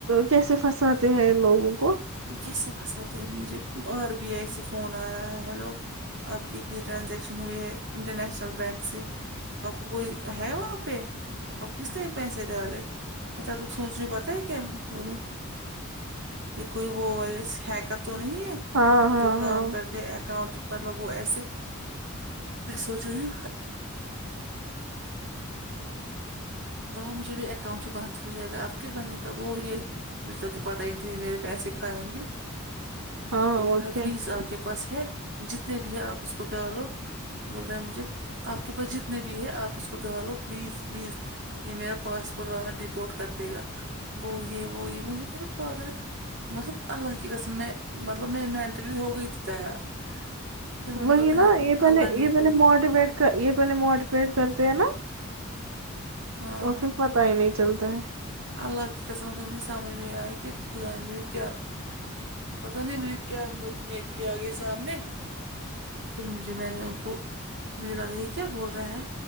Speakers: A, on the right; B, on the right.
A: کیسے پھنساتے ہیں ان لوگوں کو
B: یہ کیسے پھنساتے مجھے آر بی آئی سے فون آ رہا ہے ہلو آپ کی اتنی ٹرانزیکشن ہوئی ہے انٹر نیشنل بینک سے آپ کوئی ہے وہاں پہ اب کس نے پیسے ڈالے میں تو تب سوچ رہی پتا ہے کیا بول یہ کوئی وہ اس ہیکر تو نہیں ہے
A: ہاں ہاں
B: جو کام
A: ہاں
B: کرتے ہیں اکاؤنٹ مطلب وہ ایسے میں سوچ رہی ہو مجھے بھی اکاؤنٹ ہی بند ہو جائے گا اب کیا بنے گا وہ یہ مجھے تو پتا ہی نہیں تھا یہ میرے پیسے کھائیں گے
A: ہاں
B: وہ بول
A: اور
B: رہے
A: کیا
B: پلیز اپ کے پاس ہے جتنے بھی ہے اپ اس کو ڈالو بول رہے ہیں مجھے اپ کے پاس جتنے بھی ہے اپ اس کو ڈالو پلیز پلیز یہ میرا پاسپورٹ والا ڈپورٹ کر دے گا وہ یہ وہ یہ میں بولی پاگل مطلب اللہ کی قسم میں مطلب میں مینٹلی ہوگئی تھی تیار پھر مجھے
A: وہی
B: پتا نہیں
A: نا یہ پے
B: اللہ
A: نے یہ پے
B: کوئی
A: نے موڈیوٹ یہ پہلے موڈیفئڈ کرتے ہیں نا
B: ہاں
A: اور پھر پتا ہی نہیں چلتا ہے
B: اللہ کی قسم کابھی سمجھ میں آئے کہ خدا م بریے کیا پتا نہیں میری کیا نیکی آ گئی سامنے تو مجھے میں نے ان کو مجھے لگا یہ کیا بول رہا ہے